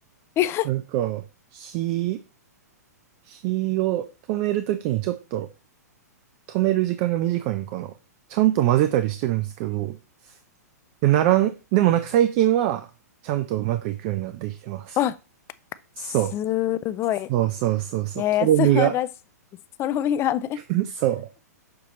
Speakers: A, on the left; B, on the right.
A: え
B: ななんか、火、火を止めるときにちょっと、止める時間が短いんかな。ちゃんと混ぜたりしてるんですけど、で、ならん、でもなんか最近は、ちゃんとうまくいくようになってきてます。
A: あ、
B: そ
A: すごい。
B: う。そうそうそうそう。
A: いやいや、
B: とろみが。
A: 素晴らしいです。とろみがね。
B: <laughs> そ